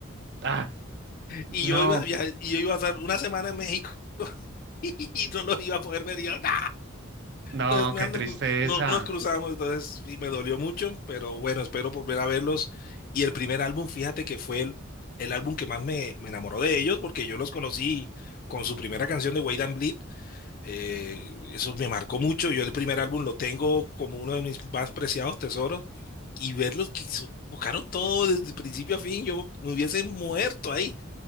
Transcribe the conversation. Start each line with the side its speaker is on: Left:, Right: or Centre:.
Right: Ah, no,
Left: y yo iba a viajar- y yo iba a estar una semana en México <laughs> y no los iba a poder ver y yo, ¡no!
Right: no,
Left: Los- me
Right: qué
Left: andan-
Right: tristeza.
Left: no no nos cruzamos, entonces sí me dolió mucho, pero bueno, espero volver a verlos. Y el primer álbum, fíjate que fue el, el álbum que más me, me enamoró de ellos, porque yo los conocí con su primera canción de Wade and Bleed. Eh, eso me marcó mucho. Yo el primer álbum lo tengo como uno de mis más preciados tesoros. Y verlos que su- tocaron todo desde principio a fin, yo me hubiese muerto ahí.